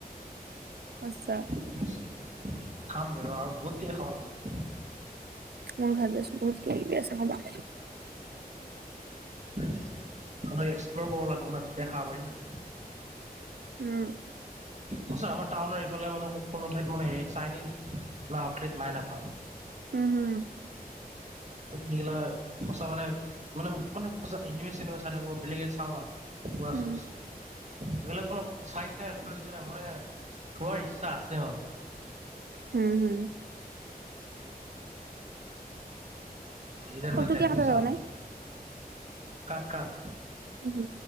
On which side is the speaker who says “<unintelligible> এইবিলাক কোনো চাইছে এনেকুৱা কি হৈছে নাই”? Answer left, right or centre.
Right